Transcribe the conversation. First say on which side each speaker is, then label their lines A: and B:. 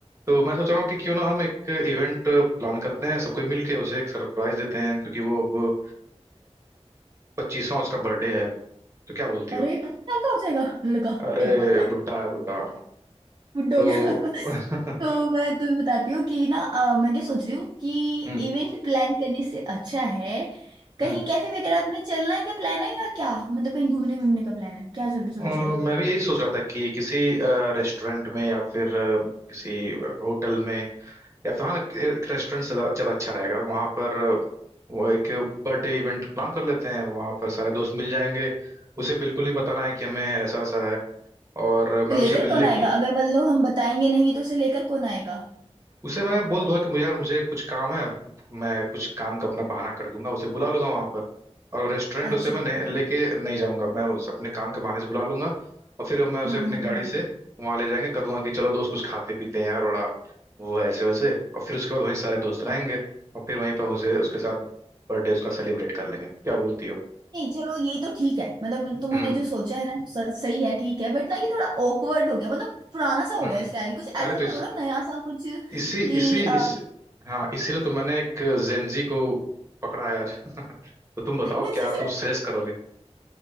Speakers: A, on the right; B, on the right.
A: तो मैं सोच रहा हूँ कि क्यों ना हम एक इवेंट प्लान करते हैं सब कोई मिलके उसे एक सरप्राइज देते हैं क्योंकि वो अब पच्चीसवां उसका बर्थडे है तो क्या बोलती
B: अरे
A: हो
B: पच्चीस साल का हो जाएगा लड़का
A: अरे
B: क्या बात है
A: बुड्ढा है बुड्ढा
B: बुड्ढा
A: तो
B: हो गया <laughs>
A: <laughs>
B: तो मैं तुम्हें बताती हूँ कि ना अ, मैं क्या सोच रही हूँ कि
A: हम्म
B: इवेंट प्लान करने से अच्छा है कहीं
A: हम्म
B: कैफे वगैरह में चलना का प्लान है या क्या मतलब कहीं घूमने घूमने का प्लान है क्या चल
A: अ,
B: सोच रहे हो
A: मैं भी यही सोच रहा था कि किसी रेस्टोरेंट में या फिर अ, किसी होटल में या फिर हाँ एक, एक रेस्टोरेंट से ज्यादा अच्छा रहेगा वहां पर वो एक बर्थडे इवेंट प्लान कर लेते हैं वहां पर सारे दोस्त मिल जाएंगे उसे बिल्कुल नहीं बताना है कि हमें ऐसा ऐसा है और मैं
B: तो लेकर
A: उसे मिलने
B: कौन आएगा
A: के लिए
B: अगर मतलब हम बताएंगे नहीं तो उसे लेकर कौन आएगा
A: उसे मैं बोल दूंगा कि मुझे यार मुझे कुछ काम है मैं कुछ काम का अपना बहाना कर दूंगा उसे बुला लूंगा वहां पर और रेस्टोरेंट
B: अच्छा
A: उसे मैं
B: अच्छा।
A: नहीं- लेके नहीं जाऊंगा मैं उस अपने काम के बहाने से बुला लूंगा और फिर मैं उसे
B: हाँ
A: अपनी
B: हाँ हाँ
A: गाड़ी से वहां ले जाएंगे कह दूंगा कि चलो दोस्त कुछ खाते पीते हैं यार बड़ा वो है ऐसे वैसे और फिर उसके बाद वहीं सारे दोस्त रहेंगे और फिर वहीं पर उसे उसके साथ बर्थडे उसका सेलिब्रेट कर लेंगे क्या बोलती हो
B: नहीं चलो ये तो ठीक है मतलब तुमने
A: हम्म
B: जो सोचा है ना वो स- सही है ठीक है बट ना ये थोड़ा ऑकवर्ड हो गया मतलब पुराना सा हो
A: हम्म।
B: गया
A: हम्म।
B: स्टाइल कुछ ऐसा
A: अरे तो इस
B: करो ना नया सा कुछ
A: इसी
B: कि
A: इसी इस हाँ इसीलिए तो मैंने एक जेंजी को पकड़ा है आज तो तुम बताओ
B: अ, <laughs>
A: क्या तुम सजेस्ट करोगे